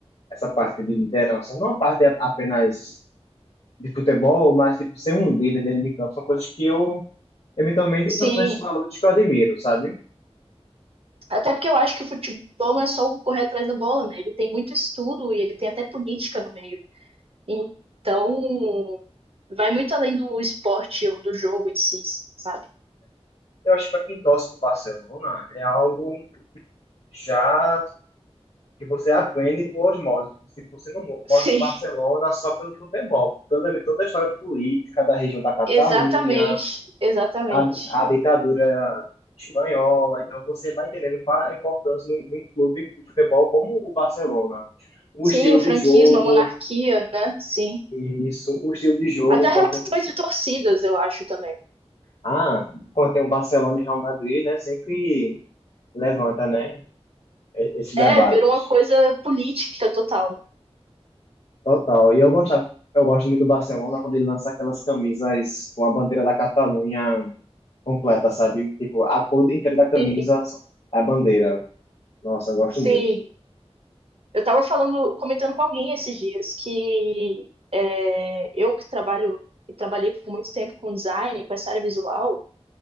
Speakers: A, on the left; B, on the right.
A: essa parte de liderança. Não a parte apenas de futebol, mas tipo ser um líder dentro de campo. São coisas que eu, eventualmente,
B: Sim,
A: são são esses valores que eu admiro, sabe?
B: até porque eu acho que o futebol não é só o correr atrás da bola, né? Ele tem muito estudo e ele tem até política no meio. Então, vai muito além do esporte ou do jogo em si, sabe?
A: Eu acho que para quem torce pro Barcelona é algo já que você aprende por osmose. Se você não gosta
B: Sim,
A: do Barcelona
B: <laughs>
A: só pelo futebol, toda, toda a história política da região da Catalunha,
B: exatamente, exatamente.
A: a, a ditadura espanhola. Então você vai entendendo qual a importância de um de um clube de futebol como o Barcelona. O
B: Sim,
A: estilo
B: o franquismo,
A: de jogo,
B: a monarquia, né? Sim.
A: isso, o estilo de jogo
B: Até
A: quando
B: relações de torcidas, eu acho também.
A: ah, quando tem um Barcelona e Real Madrid, né, sempre levanta, né, e- esses debates.
B: É, virou uma coisa política total.
A: Total. E eu gostava, eu gosto muito do Barcelona quando ele lança aquelas camisas com a bandeira da Catalunha completa, sabe? Tipo, a cor inteira da camisa
B: Né? Sim,
A: é a bandeira. Nossa, eu gosto
B: sim.
A: muito.
B: Eu estava falando, comentando com alguém esses dias que é, eu que trabalho e trabalhei por muito tempo com design, com essa área visual,